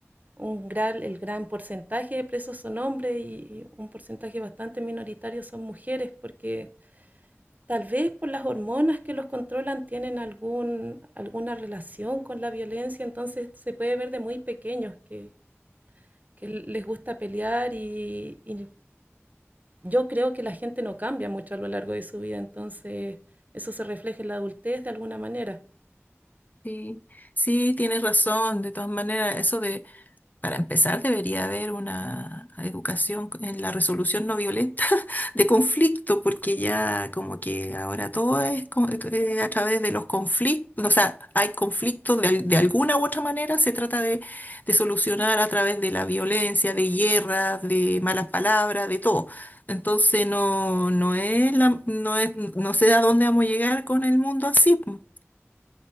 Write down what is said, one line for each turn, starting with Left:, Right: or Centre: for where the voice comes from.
Right: un gran, el gran porcentaje de presos son hombres y un porcentaje bastante minoritario son mujeres, porque tal vez por las hormonas que los controlan tienen algún, alguna relación con la violencia, entonces se puede ver de muy pequeños que, que les gusta pelear y, y yo creo que la gente no cambia mucho a lo largo de su vida, entonces eso se refleja en la adultez de alguna manera.
Left: Sí, sí, tienes razón. De todas maneras, eso de, para empezar, debería haber una educación en la resolución no violenta <laughs> de conflicto, porque ya como que ahora todo es co- eh, eh, a través de los conflictos, o sea, hay conflictos de, al- de alguna u otra manera, se trata de, de solucionar a través de la violencia, de guerras, de malas palabras, de todo. Entonces no, no es la, no es, no sé a dónde vamos a llegar con el mundo así. po.